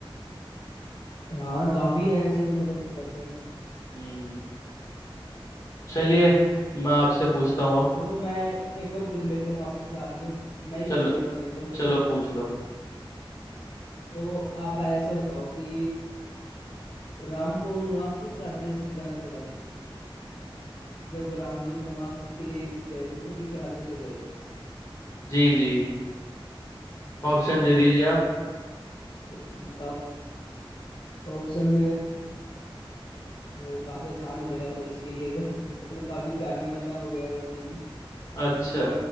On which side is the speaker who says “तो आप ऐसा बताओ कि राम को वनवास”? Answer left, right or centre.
Left